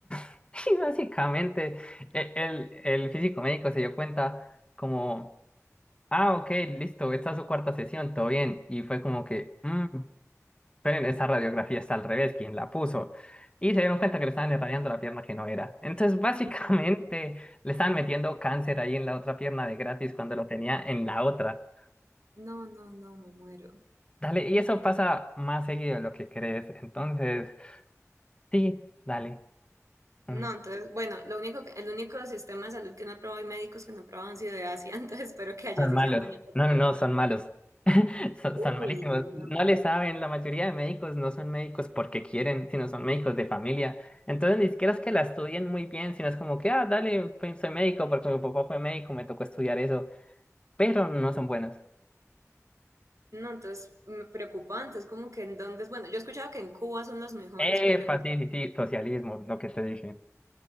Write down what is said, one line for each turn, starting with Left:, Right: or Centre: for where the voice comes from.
Left: <laughs> Y básicamente e- el, el físico médico se dio cuenta como, ah, ok, listo, esta es su cuarta sesión, todo bien. Y fue como que, "Mm". Pero esa radiografía está al revés, quien la puso. Y se dieron cuenta que le estaban irradiando la pierna que no era. Entonces, <laughs> básicamente,
Right: Mm,
Left: le estaban metiendo cáncer ahí en la otra pierna de gratis cuando lo tenía en la otra.
Right: No, no, no, me muero.
Left: Dale, y eso pasa más seguido de lo que crees. Entonces, sí, dale.
Right: No,
Left: Mm,
Right: entonces, bueno, lo único que- el único sistema de salud que no he probado y médicos que no he probado han sido de Asia, <laughs> entonces espero que allá
Left: Son
Right: sí
Left: malos.
Right: sea buena, porque,
Left: No, no, no, son malos. Son,
Right: uy,
Left: son malísimos.
Right: no. no,
Left: No le saben, la mayoría de médicos no son médicos porque quieren, sino son médicos de familia. Entonces ni siquiera es que la estudien muy bien, sino es como que, ah, dale, pues, soy médico porque mi papá fue médico, me tocó estudiar eso, pero no son buenos.
Right: No, entonces mm, preocupante, es como que en dónde, es- bueno, yo he escuchado que en Cuba son los mejores
Left: Epa,
Right: porque justo,
Left: sí, sí, sí, socialismo, lo que te dije.